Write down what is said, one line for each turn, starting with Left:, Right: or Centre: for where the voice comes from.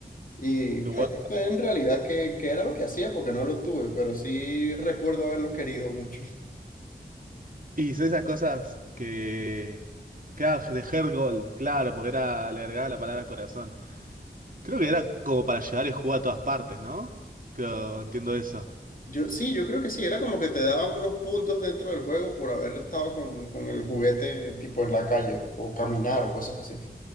Left: Y
Right: porque
Left: bueno,
Right: bueno.
Left: no sé en realidad qué, qué era lo que hacía porque no lo tuve, pero sí recuerdo haberlo querido mucho.
Right: Y son esas cosas que. que ah, de Heart gold claro, porque era, le agregaba la palabra corazón. Creo que era como para llevar el juego a todas partes, ¿no? Creo, entiendo eso.
Left: Yo, sí, yo creo que sí, era como que te daban unos puntos dentro del juego por haber estado con, con el juguete tipo en la calle o, o caminar o cosas así.